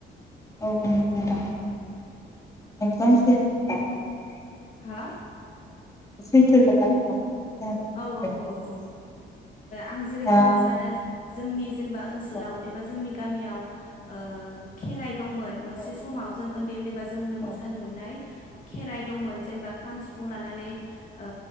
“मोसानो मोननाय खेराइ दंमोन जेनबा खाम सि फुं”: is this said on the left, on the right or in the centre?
Left